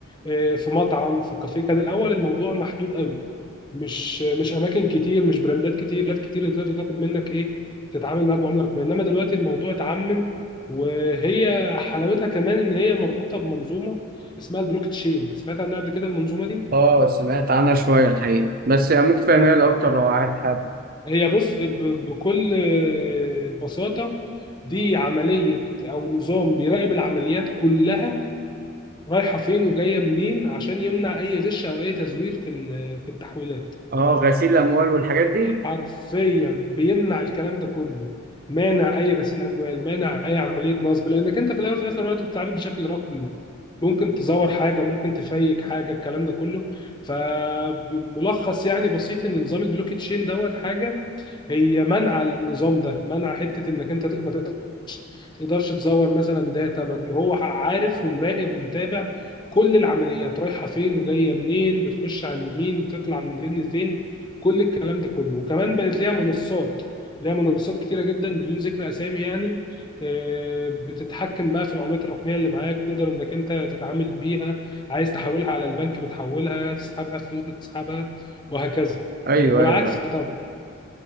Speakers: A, on the left (about 25°); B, on the right (about 45°).
A: آه، في مطعم في كافيه كان الاول الموضوع محدود قوي مش مش اماكن كتير مش براندات كتير لات كتير اللي تقدر تاخد منك ايه تتعامل معاك بعمله رقميه انما دلوقتي الموضوع اتعمم وهي حلاوتها كمان ان هي مربوطه بمنظومه اسمها البلوك تشين سمعت عنها قبل كده المنظومه دي
B: اه سمعت عنها شوية الحقيقة بس يعني ممكن تفهمها
A: ال-
B: لي أكتر لو عايز حد
A: هي بص ب- بكل بساطه دي عمليه او نظام بيراقب العمليات كلها رايحه فين وجايه منين عشان يمنع اي غش او اي تزوير في ال- في التحويلات
B: اه غسيل الأموال والحاجات دي
A: حرفيا بيمنع الكلام ده كله مانع اي غسيل اموال مانع اي عمليه نصب لانك انت في الاول وفي الاخر وقت بتتعامل بشكل رقمي ممكن تزور حاجه ممكن تفيك حاجه الكلام ده كله فبملخص يعني بسيط ان نظام البلوك تشين دوت حاجه هي منع النظام ده منع حته انك انت ما تقدرش تقدرش تزور مثلا داتا ما- هو عارف ومراقب ومتابع كل العمليات رايحه فين وجايه منين بتخش عند مين بتطلع من فين لفين كل الكلام ده كله وكمان بقت ليها منصات ليها منصات كتيره جدا بدون ذكر اسامي يعني آه، بتتحكم بقى في العملات الرقميه اللي معاك تقدر انك انت تتعامل بيها عايز تحولها على البنك بتحولها تسحبها فلوس بتسحبها وهكذا
B: أيوه
A: والعكس
B: أيوه أيوه.
A: طبعا